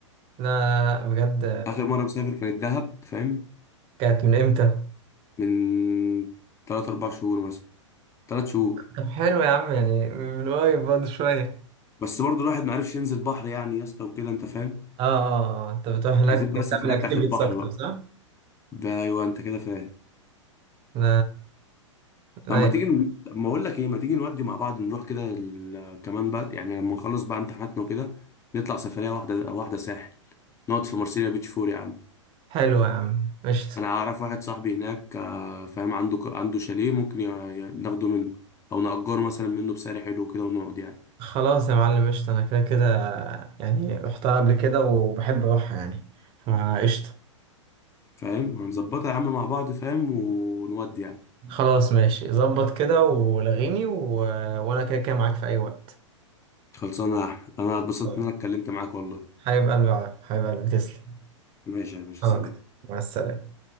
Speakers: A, on the right; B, on the left.
A: لا لا لا بجد
B: آخر مرة مسافر كانت دهب فاهم
A: كانت من امتى
B: من تلات أربع شهور مثلا تلات شهور
A: طب حلو يا عم يعني من قريب برضه شوية
B: بس برضه الواحد معرفش ينزل بحر يعني يا اسطى وكده أنت فاهم
A: اه اه آه، انت بتروح هناك
B: عايزين بقى
A: بتعمل
B: السفرية بتاعت
A: اكتيفيتيز
B: البحر
A: اكتر
B: بقى
A: صح؟
B: ده أيوه أنت كده فاهم
A: لا لا
B: طب ما تيجي ن- طب ما أقول لك إيه ما تيجي نودي مع بعض نروح كده ال- كمان بقى يعني لما نخلص بقى امتحاناتنا وكده نطلع سفرية واحدة واحدة ساحل نقعد في مرسيليا بيتش فور يا عم
A: حلو يا عم قشطة
B: أنا أعرف واحد صاحبي هناك آه، فاهم عنده ك- عنده شاليه ممكن ي- ي- ناخده منه أو نأجره مثلا منه بسعر حلو كده ونقعد يعني
A: خلاص يا معلم قشطة انا كده كده يعني رحتها قبل كده وبحب اروحها يعني فقشطة
B: فاهم هنظبطها يا عم مع بعض فاهم ونودي يعني
A: خلاص ماشي ظبط كده ولغيني و... وانا كده كده معاك في اي وقت
B: خلصانه يا احمد انا اتبسطت
A: آه.
B: ان انا اتكلمت معاك والله
A: حبيب قلبي يا عارف حبيب قلبي تسلم
B: ماشي يا باشا
A: انا
B: سلام
A: اكتر مع السلامة